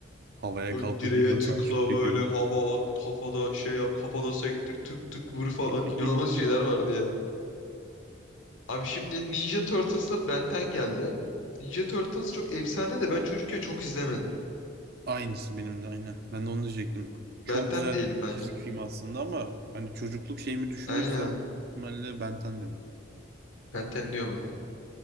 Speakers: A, on the right; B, on the left.
A: Havaya
B: Böyle
A: kalkıp
B: direğe
A: yarım
B: tıkla
A: saat şut çekiyordum.
B: böyle hava at kafada şey yap kafada sektir tık tık vur falan
A: <laughs>
B: <laughs> inanılmaz şeyler vardı ya. Abi şimdi Ninja Turtles'la Ben 10 geldi. Ninja Turtles çok efsane de ben çocukken çok izlemedim.
A: Aynısı benim de aynen. Ben de onu diyecektim.
B: Ben
A: Çok
B: 10
A: güzel
B: diyelim bence.
A: çizgi film aslında ama hani çocukluk şeyimi düşünürsem
B: Aynen.
A: ihtimalle Ben 10 derim.
B: Ben 10 diyorum o zaman.